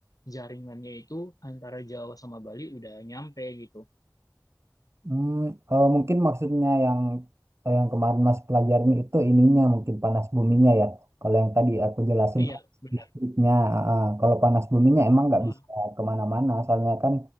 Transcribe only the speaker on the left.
jaringannya itu antara Jawa sama Bali udah nyampe gitu.
Iya,
benar.
Wah,